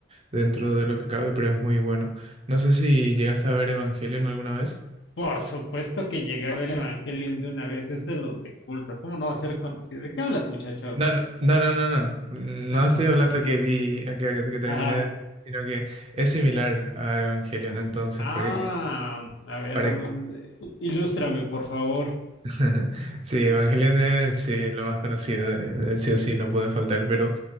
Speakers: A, on the right (about 35°); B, on the left (about 75°).
A: dentro de lo que cabe, pero es muy bueno. No sé si llegaste a ver Evangelion alguna vez.
B: Por supuesto que llegué a ver Evangelion de una vez, es de los de culto. ¿Cómo no va a ser conocido? ¿De qué hablas, muchacho?
A: No, no, no, no, no, no. No
B: <laughs>
A: estoy hablando que vi, que, que que terminé,
B: Ajá.
A: de- sino que es similar a Evangelion, entonces, para
B: Ah,
A: que te...
B: a ver,
A: para,
B: mm, i- ilústrame, por favor.
A: <laughs> Sí, Evangelion es sí, lo más conocido de, de sí o sí, no puede faltar, pero